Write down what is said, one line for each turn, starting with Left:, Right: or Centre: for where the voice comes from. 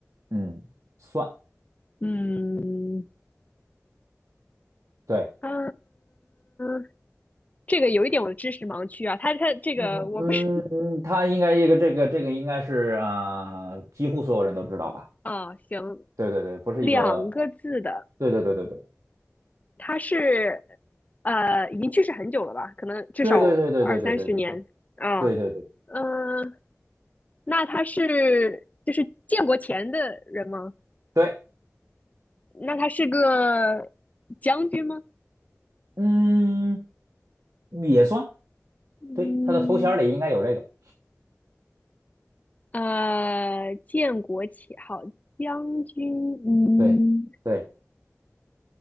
Right: 嗯，算，
Left: 嗯，
Right: 对，
Left: 嗯，呃这个有一点我的知识盲区啊，他他这个我不是
Right: 嗯嗯嗯，他应该一个这个这个应该是啊、呃几乎所有人都知道吧？
Left: <laughs> 啊，哦行，
Right: 对对对，不是一个，
Left: 两个字的，
Right: 对对对对对。
Left: 他是呃已经去世很久了吧？可能至少二三十年啊，
Right: 对对对对对对对对对对对对
Left: 嗯，呃呃那他是就是建国前的人吗？
Right: 对，
Left: 那他是个将军吗？
Right: 嗯，也算，
Left: 嗯，
Right: 对，他的头衔儿里应该有这个，
Left: 呃，建国旗号，将军，嗯，
Right: 对对，